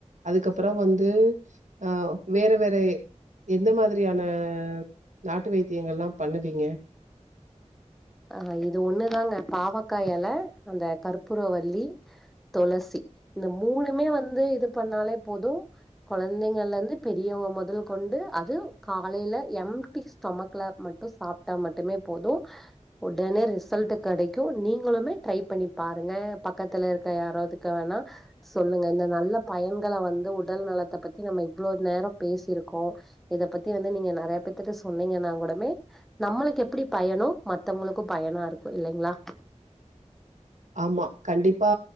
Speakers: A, on the right (about 85°); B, in the centre.
A: அதுக்கப்பறம் வந்து ஆஹ் வேற வேற எந்த மாரியான நாட்டு வைத்தியங்கள் எல்லாம் பண்ணுவீங்க
B: அ இது ஒண்ணுதாங்க பாவக்கா இல அந்த கற்பூர வல்லி துளசி இந்த மூணுமே வந்து இது பண்ணாலே போதும் கெழந்தைங்கள்ல இருந்து பெரியவங்க முதல் கொண்டு அது காலையில எம்டி ஸ்டொமக்ல மட்டும் சாப்டா மட்டுமே போதும் உடனே ரிசல்ட் கெடைக்கும் நீங்களுமே ட்ரை பண்ணி பாருங்க பக்கத்துல இருக்க யாராவதுக்கு வேணா சொல்லுங்க இந்த நல்ல பயன்களை வந்து உடல் நலத்தை பத்தி நம்ம இவ்வளோ நேரம் பேசியிருக்கோம் இத பத்தி வந்து நீங்க நெறைய பேத்துட்ட சொன்னீங்கன்னா கூடமே நம்மளுக்கு எப்டி பயனோ மத்த வங்கக்கும் பயனா இருக்கும் இல்லங்களா
A: ஆமா கண்டிப்பா